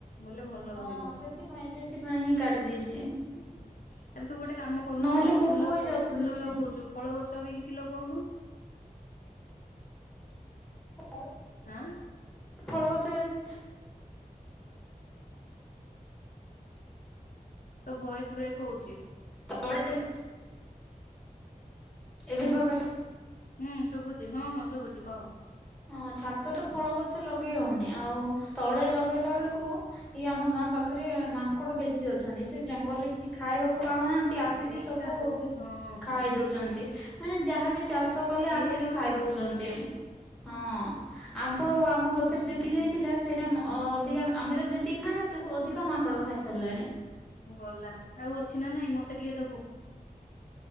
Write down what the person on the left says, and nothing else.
ବୋଲେ ଭଲ
ରହିବ।
ହଁ ଆରେ ତୁ ଗୋଟେ କାମ କରୁନୁ
ଖାଲି
ଫୁଲ
ଫୁଲ
ଲଗଉଛୁ ଫଳ ଗଛ ବି କିଛି ଲଗଉନୁ।
ଆଁ
ତ ଭଏସ୍ ବ୍ରେକ୍ ହଉଛି।
ହୁଁ ଶୁଭୁଛି ହଁ ହଁ ଶୁଭୁଛି କହ।
ସେଇଟା
ହଉଛି ହଁ ହଁ
ଠିକ
ଠିକ
ସିଏ
ଗୋଟେ
ବଡ
ସମସ୍ୟା।
ଉଁ
ଗଲା ଆଉ ଅଛି ନା ନାଇଁ ମତେ ଟିକେ ଦବୁ।